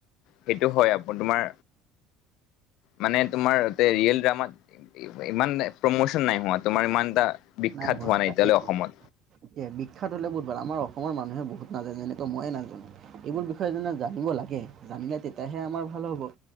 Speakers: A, on the left; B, on the right.
A: সেইটো হয় আপো তোমাৰ। মানে তোমাৰ তাতে ৰিয়েল ড্ৰামাত ইমান প্ৰমোচন নাই হোৱা তোমাৰ ইমান এটা। বিখ্যাত
B: নাই হোৱা তাকেইেতো
A: এতিয়ালৈ অসমত
B: এয়া বিখ্যাত হলে বহুত ভাল আমাৰ অসম অসমৰ মানুহে বহুত নাজানে যেনেকৱৈ ময়ে নাজানো এইবোৰ বিষয়ে যেনে জানিব লাগে জানিলে তেতিয়াহে আমাৰ ভাল। ভাল হ'ব।